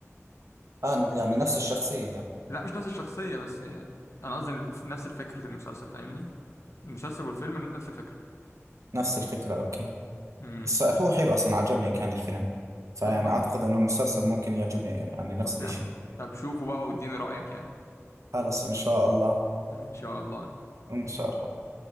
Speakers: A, on the right; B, on the left.
A: آه يعني نفس الشخصية
B: لا مش نفس الشخصية بس أنا قصدي الف- نفس فكرة المسلسل فاهمني المسلسل والفيلم نفس الفكرة
A: نفس الفكرة اوكي
B: امم
A: بس هو حلو أصلا عجبني كان الفيلم فيعني
B: طب خلاص.
A: أعتقد إنه المسلسل ممكن يعجبني يعني نفس
B: طب
A: الإشي
B: يعني طب شوفوا بقى واديني رأيك يعني
A: خلص إن شاء الله
B: إن شاء الله
A: إن شاء الله